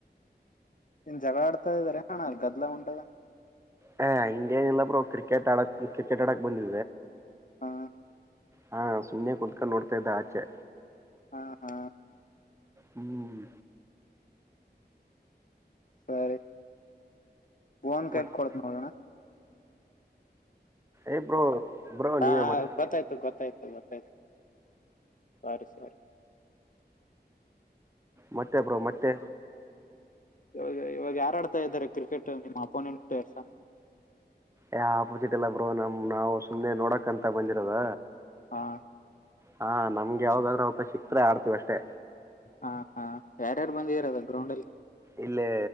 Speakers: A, on the left (about 50°); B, on the right (about 15°).
A: ನೀನು ಜಗಳ ಆಡ್ತದೆ ಇದ್ದರಣ ಗದ್ಲ ಹೊಂಟದ
B: ಹ ಹಂಗೇನಿಲ್ಲ ಬ್ರೋ ಕ್ರಿಕೆಟ್ ಆಡಕ್ ಕ್ರಿಕೆಟ್ ಆಡಕ್ ಬಂದೆ
A: ಹಾ
B: ಹಾ ಸುಮ್ಮ್ನೆ ಕೂತ್ಕೊಂಡು ನೋಡ್ತಾ ಇದ್ದ ಆಚೆ
A: ಹಾ ಹಾ
B: ಹ್ಮ್
A: ಸರಿ ಬೋನ್ ಕಲ್
B: ಮತ್-
A: ಕೊಡತ್ ನೋಡೋಣ
B: ಏ ಬ್ರೋ ಬ್ರೋ
A: ಹಾ
B: ನೀವೇ ಮತ್ತೆ
A: ಗೊತ್ತಾಯ್ತು ಗೊತ್ತಾಯ್ತು ಗೊತ್ತಾಯ್ತು ಸರಿ ಸರಿ
B: ಮತ್ತೆ ಬ್ರೋ ಮತ್ತೆ
A: ಇವಾಗ ಇವಾಗ ಯಾರ ಆಡ್ತಾ ಇದಾರೆ ಕ್ರಿಕೆಟ್ ನಿಮ್ಮ ಅಪೋನೆಂಟ್ ರ್ಸ
B: ಯ ಆಪೋಸಿಟ್ ಎಲ್ಲ ಬ್ರೋ ನಮ್ ನಾವು ಸುಮ್ಮನೆ ನೋಡಕ್ಂತ ಬಂದಿರೋದ
A: ಹಾ
B: ಹಾ ನಮ್ಗೆ ಯಾವ್ದಾದ್ರರು ಅವಪ ಸಿಕ್ತ ಆಡ್ತೀವಿ ಅಷ್ಟೇ
A: ಹಾ ಹಾ ಯಾರ್ಯಾರು ಬಂದಿದೀರದ ಗ್ರೌಂಡ್ಲ್ಲಿ
B: ಇಲ್ಲೇ